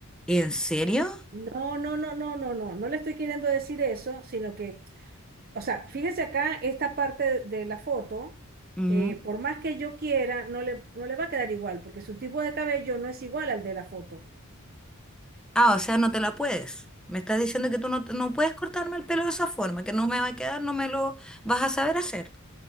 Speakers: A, in the centre; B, on the right (about 45°).
A: ¿En serio?
B: No, no, no, no, no, no, no le estoy queriendo decir eso, sino que, o sea, fíjese acá esta parte de la foto,
A: Mm.
B: eh, por más que yo quiera, no le, no le va a quedar igual, porque su tipo de cabello no es igual al de la foto.
A: Ah, o sea, no te la puedes. Me estás diciendo que tú no, no puedes cortarme el pelo de esa forma, que no me va a quedar, no me lo vas a saber hacer.